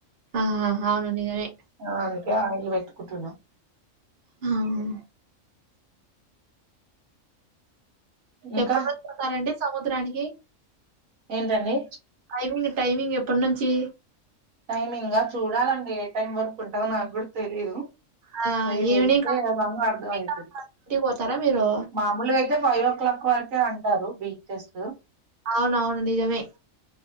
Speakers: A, on the right; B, on the right.
A: ఆ హా అవును నిజమే
B: ఆ అందుకే ఆయిల్ పెట్టుకుంటున్న
A: హావు
B: ఇంకా
A: ఎప్పుడు వచ్చున్నారండి సముద్రానికి
B: ఏంటండి
A: టైమింగ్ టైమింగ్ ఎప్పుడు నుంచి
B: టైమింగా చూడాలండి ఏ టైం వరకు ఉంటుందో నాకు కూడా తెలీదు
A: ఆ
B: పోయి వెళ్ళితే
A: ఈవినింగ్
B: ఏదన్నా అర్ధం
A: ఇంటికి
B: అయితది
A: పోతారా మీరు
B: మా మామూలుగా అయితే ఫైవ్ ఓ క్లాక్ వరకే అంటారు బీచెస్
A: అవున అవును నిజమే